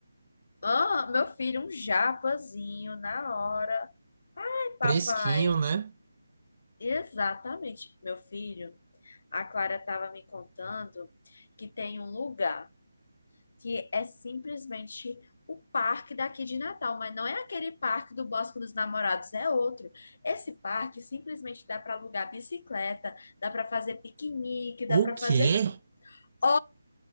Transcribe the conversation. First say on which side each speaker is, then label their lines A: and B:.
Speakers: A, on the left; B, on the right.
A: Ah, meu filho, um japazinho na hora. Papai,
B: Fresquinho, né?
A: exatamente, meu filho. A Clara estava me contando que tem um lugar que é simplesmente o parque daqui de Natal, mas não é aquele parque do Bosque dos Namorados, é outro. Esse parque simplesmente dá para alugar bicicleta, dá para fazer piquenique, dá
B: O
A: para
B: quê?
A: fazer. Oh,